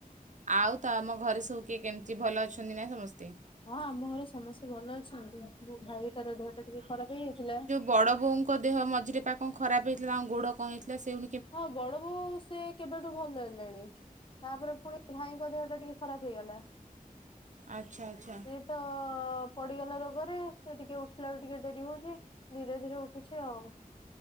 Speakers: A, on the right; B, on the left.
A: ଆଉ ତ ଆମ ଘରେ ସବୁ କିଏ କେମିତି ଭଲ ଅଛନ୍ତି ନାାଇଁ ସମସ୍ତେ?
B: ହଁ, ଆମ ଘରେ ସମସ୍ତେ ଭଲ ଅଛନ୍ତି। ମୋ ଭାଇ ତାର ଦେହ ଟା ଟିକେ ଖରାପ ହେଇଯାଇଥିଲା।
A: ବଡ ବୋଉଙ୍କ ଦେହ ମଝିରେ ପା କଣ ଖରାପ ହେଇଥିଲା, ଆଉ ଗୋଡ କଣ ହେଇଥିଲା ସେଉ
B: ହଁ ବଡ ବୋଉ ସେ କେବେଠୁ ଭଲ ହେଲେଣି। ତାପରେ ପୁଣି ଭାଇଙ୍କ ଦେହ ଟା ଟିକେ ଖରାପ ହେଇଗଲା।
A: ଆଚ୍ଛା ଆଚ୍ଛା
B: ସେ ତ ପଡିଗଲା ରୋଗରେ ସେ ଟିକେ ଉଠିଲା ବେଳକୁ ଟିକେ ଡେରି ହଉଛି। ଧୀରେ ଧୀରେ ଉଠୁଛି ଆଉ।